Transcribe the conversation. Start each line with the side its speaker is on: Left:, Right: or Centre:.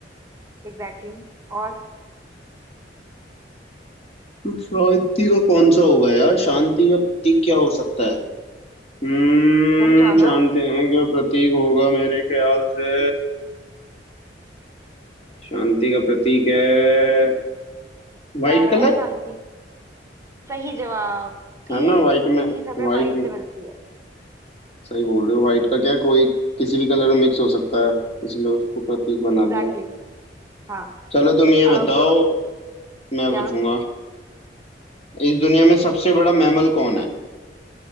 Right: एग्जैक्टली exactly. और
Left: तो शांति का कौन सा होगा यार शांति का प्रतीक क्या हो सकता है हम्म
Right: तुम जानो
Left: शांति का प्रतीक होगा मेरे ख्याल से शांति का प्रतीक है वाइट
Right: क्या है
Left: कलर
Right: शांति सही जवाब पीस
Left: है ना वाइट में
Right: पीस हमें
Left: वाइट
Right: वाइट
Left: में
Right: से मिलती है
Left: सही बोल रहे हो वाइट का क्या कोई किसी भी कलर में मिक्स हो सकता है इसलिए उसको प्रतीक बना
Right: Exactly
Left: दिया
Right: exactly. हाँ
Left: चलो तुम ये बताओ
Right: अब
Left: मैं
Right: क्या
Left: पूछूंगा इस दुनिया में सबसे बड़ा मैमल कौन है